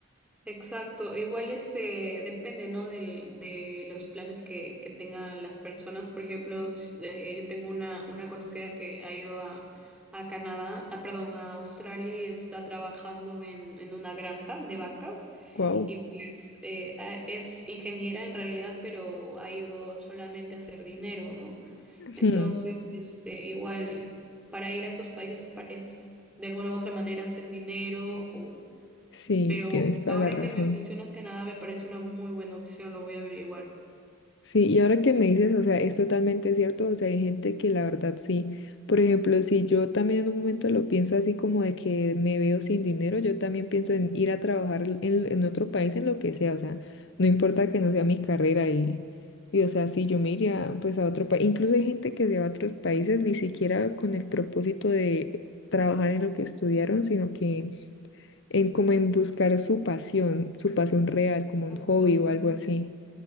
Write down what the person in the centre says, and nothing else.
Exacto. Igual este depende, ¿no? Del, de los planes que, que tengan las personas. Por ejemplo, s- eh, yo tengo una, una conocida que ha ido a, a Canadá, ah, perdón, a Australia y está trabajando en, en una granja de vacas
y pues eh, a- es ingeniera en realidad, pero ha ido solamente a hacer dinero, ¿no?
Entonces, este, igual para ir a esos países pa- es de alguna u otra manera hacer dinero
pero
ahora
que me mencionas Canadá, me parece una muy buena opción, lo voy a averiguar.
Exacto,
ujú.